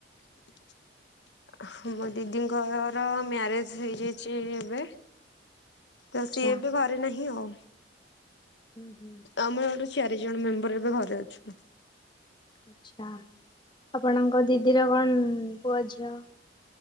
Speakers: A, on the left; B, on the left.
A: <inaudible> ମୋ ଦିଦିଙ୍କର ମ୍ୟାରେଜ ହେଇଯାଇଛି ଏବେ ତ
B: ଆଚ୍ଛା
A: ସିଏ ଏବେ ଘରେ ନାହିଁ ଆଉ
B: ହୁଁ ହୁଁ।
A: ଆମର ଆଡୁ ଚାରି ଜଣ ମେମ୍ବର ଏବେ ଘରେ ଅଛୁ।
B: ଆଛା ଆପଣଙ୍କ ଦିଦିର କଣ ପୁଅ ଝିଅ?